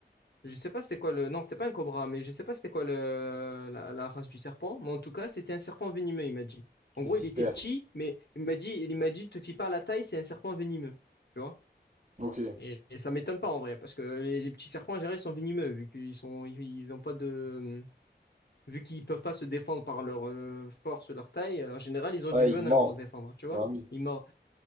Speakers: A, on the left; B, on the right.
A: Je sais pas c'était quoi le... Non, c'était pas un cobra, mais je sais pas c'était quoi le... la, la race du serpent. Mais en tout cas, c'était un serpent venimeux, il m'a dit. En
B: Petite
A: gros,
B: vipère.
A: il était petit, mais il m'a dit, il m'a dit, te fie pas à la taille, c'est un serpent venimeux. Tu vois
B: Ok.
A: Et, et ça m'étonne pas en vrai, parce que les, les petits serpents, en général, ils sont venimeux, vu qu'ils sont, ils ils ont pas de, vu qu'ils peuvent pas se défendre par leur euh, force, leur taille, en général, ils ont
B: Ouais,
A: du venin
B: il mente.
A: pour se défendre, tu vois.
B: Bah oui.
A: Il mord.